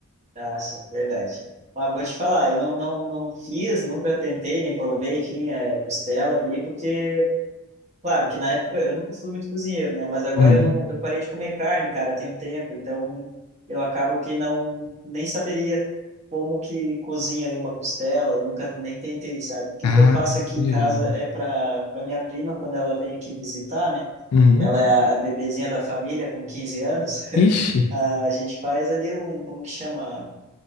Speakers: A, on the right; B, on the left.
A: Ah, sim, verdade. Mas vou te falar, eu não, não, não fiz, nunca tentei, nem provei, enfim, é, costela ali, porque Claro que na época eu nunca fui muito cozinheiro, né? Mas agora
B: Uhum.
A: eu não, eu parei de comer carne, cara, tem um tempo, então eu acabo que não nem saberia como que cozinha aí uma costela, nunca nem tentei, sabe? O que
B: Ah,
A: que eu faço aqui
B: tô
A: em
B: ligado.
A: casa é para para minha prima quando ela vem aqui visitar, né?
B: Uhum.
A: Ela é a, a bebezinha da família com 15 anos.
B: Ixi.
A: <laughs> A gente faz ali um, como que chama?